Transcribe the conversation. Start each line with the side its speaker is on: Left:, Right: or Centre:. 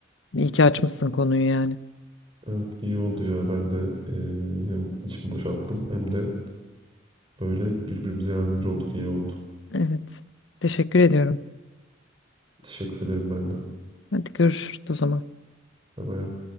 Left: İyi ki açmışsın konuyu yani.
Right: Evet iyi oldu ya ben de eee, hem içimi boşalttım hem de böyle birbirimize yardımcı olduk iyi oldu.
Left: Evet. Teşekkür ediyorum.
Right: Teşekkür ederim ben de.
Left: Hadi görüşürüz o zaman.
Right: Hemen